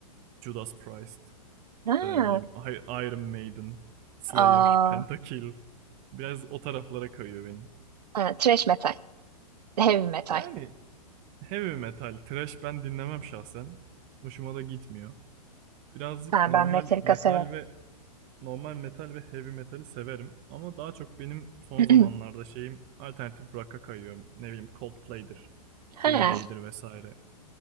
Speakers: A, on the right; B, on the right.
A: Judas Priest, işte
B: Ha,
A: ne bileyim I- Iron Maiden, Slayer,
B: aa,
A: Pentakill biraz o taraflara kayıyor benim.
B: ha, thrash metal. Heavy metal.
A: Yani heavy metal, thrash ben dinlemem şahsen. Hoşuma da gitmiyor. Birazcık
B: Ha,
A: normal
B: ben Metallica
A: metal
B: severim.
A: ve normal metal ve heavy metali severim ama daha çok benim son
B: <clears throat>
A: zamanlarda şeyim alternatif rock'a kayıyor. Ne bileyim Coldplay'dir,
B: Ha,
A: Green Day'dir vesaire.